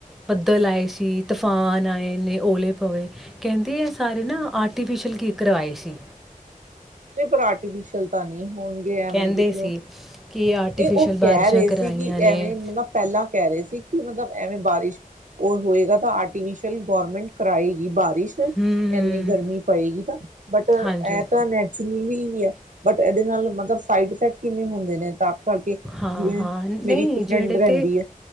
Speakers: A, in the centre; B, on the right.
A: ਬੱਦਲ ਆਏ ਸੀ ਤੂਫਾਨ ਆਏ ਨੇ ਓਲੇ ਪਵੇ ਕਹਿੰਦੇ ਆ ਸਾਰੇ ਨਾ ਆਰਟੀਫਿਸ਼ਲ ਕੀ ਕਰਵਾਏ ਸੀ।
B: ਨਹੀਂ ਪਰ ਆਰਟੀਫਿਸ਼ਅਲ ਤਾਂ ਨਹੀਂ ਹੋਣਗੇ, ਐਵੇਂ
A: ਕਹਿੰਦੇ
B: ਜੋ ਕਿਉਂ
A: ਸੀ ਕਿ ਆਰਟੀਫਿਸ਼ਲ
B: ਨਹੀਂ, ਉਹ
A: ਬਾਰਿਸ਼ਾਂ
B: ਕਹਿ ਰਹੇ ਸੀ
A: ਕਰਾਈਆਂ
B: ਕਿ
A: ਨੇ
B: ਐਵੇਂ ਮਤਲਬ ਪਹਿਲਾਂ ਕਹਿ ਰਹੇ ਸੀ ਕਿ ਮਤਲਬ ਐਵੇਂ ਬਾਰਿਸ਼ ਉਹ ਹੋਏਗਾ ਤਾਂ ਆਰਟੀਫਿਸ਼ਲ ਗਵੌਰਮੈਂਟ ਕਰਾਏਗੀ ਬਾਰਿਸ਼ ਬਾਰ
A: ਹੂੰ ਹੂੰ
B: ਇੰਨੀ ਗਰਮੀ ਪਏਗੀ ਤਾਂ, ਬਟ ਇਹ
A: ਹਾਂਜੀ
B: ਤਾਂ ਨੈਚੁਰਲੀ ਕੀ, ਬਟ ਇਹਦੇ ਨਾਲ ਮਤਲਬ ਸਾਈਡ ਇਫੈਕਟ ਕਿੰਨੇ ਹੁੰਦੇ ਨੇ ਤਾਂ ਕਰਕੇ
A: ਹਾਂ
B: ਜਿਵੇਂ
A: ਹਾਂ ਨਹੀਂ,
B: ਮੇਰੀ ਇੱਕ ਫਰੈਂਡ
A: ਜਿਹੜੇ
B: ਰਹਿੰਦੀ
A: ਤੇ
B: ਹੈ